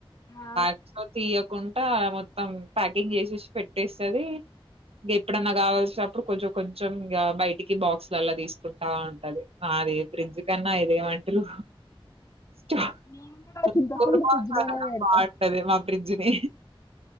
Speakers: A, on the left; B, on the right.
A: ఆ
B: <inaudible> తీయకుంట మోత్ మొత్తం ప్యాకింగ్ చేసేసి పెట్టేస్తది ఇగా ఎప్పుడన్నా కావాల్సినప్పుడు కొంచెం కొంచెం ఇంక బయటికి బాక్స్ లల్లా తీసుకుంటా ఉంటది నాదే ఫ్రిడ్జ్ కన్నా ఇదేమంటలు <inaudible>
A: నేను కూడా చింతపండు ఫ్రిడ్జ్ లోనే పెడతా
B: బాగుంటది మా ఫ్రిడ్జ్ ని